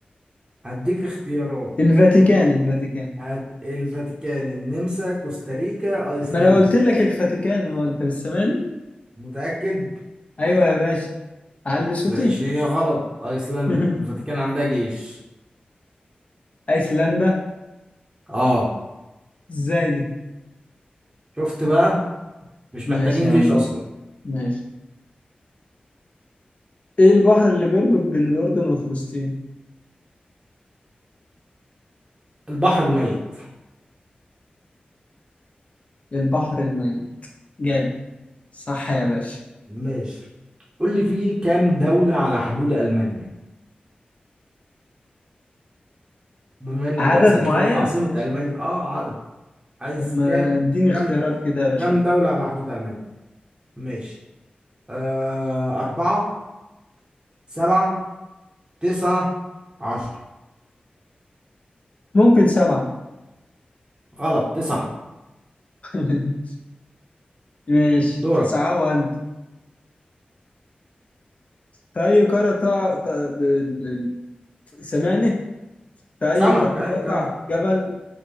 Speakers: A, on the right; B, on the left.
A: هديك اختيارات
B: الفاتيكان الفاتيكان
A: عاد الفاتيكان النمسا كوستاريكا ايسلندا
B: ما أنا قلت لك الفاتيكان هو أنت مش سامعني؟
A: متأكد
B: أيوه يا باشا علي صوتي
A: ماشي هي غلط ايسلندا
B: <laughs>
A: الفاتيكان عندها جيش
B: أيسلندا
A: اه
B: إزاي دي؟
A: شفت بقى مش
B: ماشي
A: محتاجين
B: يا
A: جيش
B: عم
A: اصلا
B: ماشي إيه البحر اللي بيربط بين الأردن وفلسطين؟
A: البحر الميت
B: البحر الميت جامد صح يا باشا
A: ماشي قول لي فيه كام دولة على حدود المانيا بما انك
B: عدد
A: بقى سألتني
B: معين
A: في عاصمة المانيا اه عدد عايز
B: طب ما
A: كام
B: اديني اختيارات
A: كام
B: كده يا باشا
A: كام دولة على حدود المانيا ماشي آه أربعة سبعة تسعة عشرة
B: ممكن سبعة
A: غلط تسعة
B: <laughs> ماشي
A: دورك
B: صعبة انت في أي قارة تقع ت- ب- ال- ال- سامعني؟ في أي
A: سمك
B: قارة
A: ايوه
B: يقع
A: كمل
B: جبل